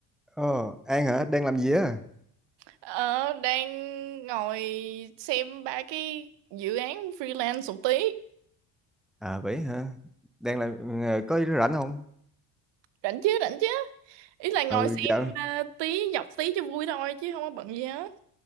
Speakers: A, in the centre; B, on the right.
A: Ờ, An hả? Đang làm gì á?
B: Ờ, đang ngồi xem ba cái dự án freelance một tí.
A: À vậy hả? Đang làm ờ, có rảnh không?
B: Rảnh chứ, rảnh chứ. Ý là ngồi
A: Ừ
B: xem
A: dạo
B: à, tí, dọc tí cho vui thôi chứ không có bận gì hết.